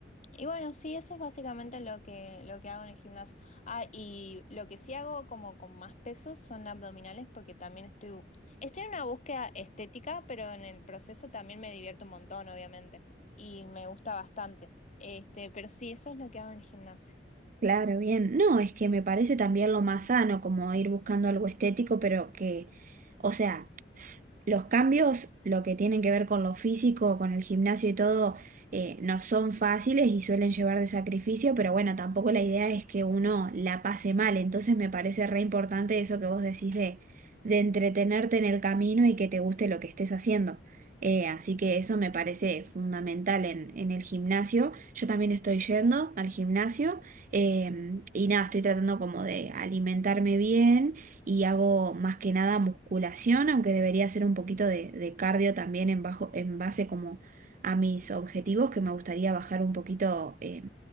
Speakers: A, on the left; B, on the right.
A: y bueno, sí, eso es básicamente lo que, lo que hago en el gimnasio. Ah, y lo que sí hago como con más pesos son abdominales porque también estoy, bu- estoy en una búsqueda estética, pero en el proceso también me divierto un montón, obviamente, y me gusta bastante. Este, pero sí, eso es lo que hago en el gimnasio.
B: Claro, bien. No, es que me parece también lo más sano, como ir buscando algo estético, pero que, o sea, s- los cambios, lo que tienen que ver con lo físico, con el gimnasio y todo, eh, no son fáciles y suelen llevar de sacrificio, pero bueno, tampoco la idea es que uno la pase mal. Entonces me parece re importante eso que vos decís de, de entretenerte en el camino y que te guste lo que estés haciendo. Eh, así que eso me parece fundamental en, en el gimnasio. Yo también estoy yendo al gimnasio. Eh, y nada, estoy tratando como de alimentarme bien y hago más que nada musculación, aunque debería hacer un poquito de, de cardio también en bajo, en base como a mis objetivos, que me gustaría bajar un poquito eh,